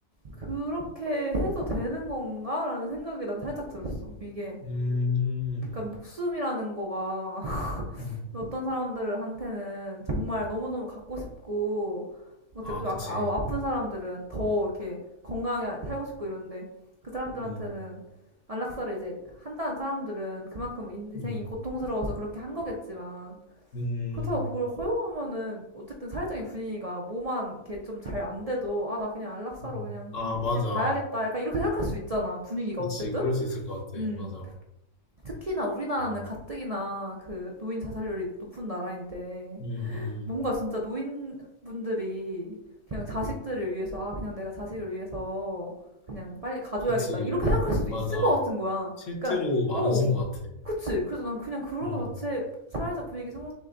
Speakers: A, on the right; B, on the left.
A: 그렇게 해도 되는 건가라는 생각이 난 살짝 들었어. 이게
B: 음,
A: 약간 목숨이라는 거가 <laughs>
B: 음.
A: 어떤 사람들한테는 정말 너무너무 갖고 싶고 뭐
B: 아,
A: 대표적으로
B: 그치.
A: 아, 아, 아픈 사람들은 더 이렇게 건강하게 살고 싶고 이런데 그 사람들한테는
B: 음,
A: 안락사를 이제 한다는 사람들은 그만큼 인생이
B: 음,
A: 고통스러워서 그렇게 한 거겠지만
B: 음,
A: 그렇다고 그걸 허용하면은 어쨌든 사회적인 분위기가 뭐만 이렇게 좀 잘 안 돼도 아 나 그냥 안락사로
B: 음.
A: 그냥
B: 아,
A: 아
B: 맞아.
A: 그냥 가야겠다 약간 이렇게 생각할 수 있잖아 분위기가
B: 그치.
A: 어쨌든
B: 그럴 수 있을 것 같아.
A: 음
B: 맞아.
A: 특히나 우리나라는
B: 아,
A: 가뜩이나 그 노인 자살률이 높은 나라인데
B: 음, 음.
A: 뭔가 진짜 노인분들이 그냥 자식들을 위해서 아 그냥 내가 자식을 위해서 그냥 빨리 가줘야겠다
B: 그치.
A: 이렇게 생각할 수도
B: 맞아.
A: 있을 것 같은 거야
B: 실제로
A: 그러니까
B: 많으신
A: 어
B: 것 같아.
A: 그치 그래서 난 그냥 그런
B: 음,
A: 거 자체 사회적 분위기 성,